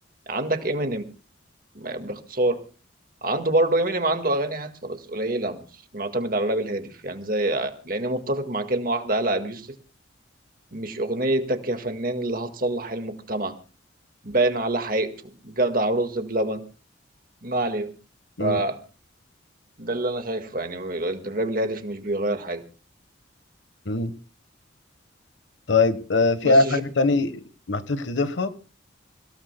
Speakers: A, on the right; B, on the left.
A: عندك امينيم باختصار عنده برضه امينيم عنده اغاني هادفه بس قليله مش معتمد على الراب الهادف يعني زي لاني متفق مع كلمه واحده قالها ابي يوسف، مش أغنيتك يا فنان اللي هتصلح المجتمع باين على حقيقته جدع رز بلبن ما علينا
B: مم.
A: فده اللي أنا شايفه يعني الراب الهادف مش بيغير حاجة
B: مم. طيب آه، في
A: بس
B: أي
A: جو...
B: حاجة تاني محتاج تضيفها؟